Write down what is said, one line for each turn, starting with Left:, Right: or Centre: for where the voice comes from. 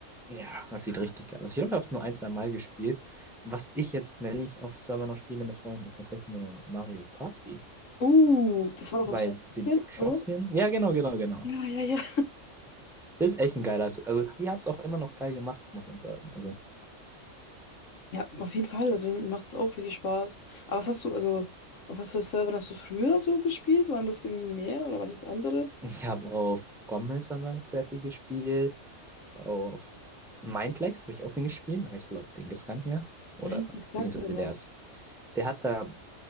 Centre: Ja, das sieht richtig geil aus. Ich glaube, ich habe es nur ein, zwei Mal gespielt. Was ich jetzt, wenn ich auf Server noch spiele mit Freunden, ist tatsächlich nur Mario Party.
Left: Uh, das war doch
Centre: Weil
Left: auf Sebastian,
Centre: Citroxien?
Left: oder?
Centre: Ja, genau, genau, genau.
Left: Ja, ja, ja.
Centre: Das ist echt ein geiler. Se- Also, die haben es auch immer noch geil gemacht, muss man sagen. Also,
Left: Ja, auf jeden Fall. Also mir macht es auch richtig Spaß. Aber was hast du, also auf was für Servern hast du früher so gespielt? Waren das irgendwie mehr oder war das andere?
Centre: ich habe auf Gommes-Server sehr viel gespielt. Auf Mineplex habe ich auch viel gespielt, aber ich glaube, den gibt es gar nicht mehr. Oder,
Left: Mindflex sagt
Centre: beziehungsweise
Left: mir was.
Centre: der ist. Der hat da,